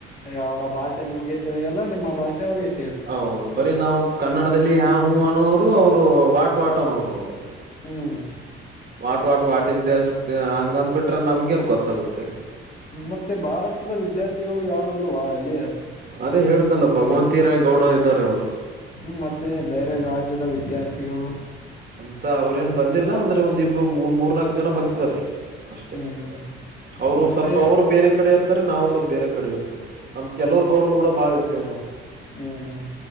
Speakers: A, on the left; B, on the right.
A: ಅವರ ಭಾಷೆ ನಿಮ್ಗೆ ತಿಳಿಯಲ್ಲ ನಿಮ್ಮ ಭಾಷೆ ಅವ್ರಿಗೆ
B: ಹೌದು ಬರೀ ನಾವು ಕನ್ನಡದಲ್ಲಿ ಹಾ ಹೂ ಅನ್ನೋರು, ಅವ್ರು ವಾಟ್ ವಾಟ್ ಅನ್ನೋರು ಅವ್ರು.
A: ಹ್ಮ್
B: ವಾಟ್ ವಾಟ್ ವಾಟ್ ಈಸ್ ದೆಸ್ತ್ ಹಂಗಂದ್ ಬಿಟ್ರೆ ನಮ್ಗೇನ್ ಗೊತ್ತಾಗುತ್ತೆ ಅಲ್ಲಿ.
A: ಮತ್ತೆ ಭಾರತದ ವಿದ್ಯಾರ್ಥಿಗಳು ಯಾರು ಇಲ್ವಾ ಅಲ್ಲಿ?
B: ಅದೇ ಹೇಳಿದ್ನಲ್ಲ ಭಗವಂತಿ ರಾಯ್ ಗೌಡ ಇದ್ದಾರೆ ಅವ್ರು.
A: ಹುಂ ಮತ್ತೆ ಬೇರೆ ರಾಜ್ಯದ ವಿದ್ಯಾರ್ಥಿಗಳು.
B: ಅಂತ ಅವರೇನ್ ಬಂದಿಲ್ಲ ಅಂದ್ರೆ ಒಂದಿಬ್ರು ಮೂರು ಮೂರ್ನಾಕ್ ಜನ ಬಂದಿದ್ದಾರೆ, ಅಷ್ಟೆ.
A: ಹ್ಮ್ ಹ್ಮ್
B: ಅವ್ರು
A: ಮತ್ತೆ
B: ಸ್ವಲ್ಪ ಅವ್ರು ಬೇರೆ ಕಡೆ ಇರ್ತಾರೆ ನಾವು ಸ್ವಲ್ಪ ಬೇರೆ ಕಡೆ ಇರ್ತೇವಿ. ನಮ್ಮ ಕೆಲೂರ್ ಗೌಡ್ರ ಕೂಡ ಬಾಳ್ ಇರ್ತೇವ ನಾವು.
A: ಹುಂ ಹುಂ